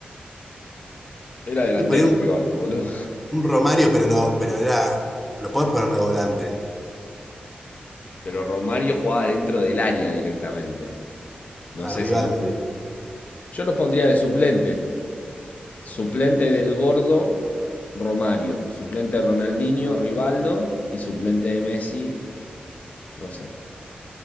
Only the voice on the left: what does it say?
Era delantero
Rivaldo, boludo.
Pero Romario jugaba dentro del área directamente. No sé
si lo pon-
Yo los pondría de suplente. Suplente del gordo, Romario. Suplente de Ronaldinho, Rivaldo. Y suplente de Messi, no sé.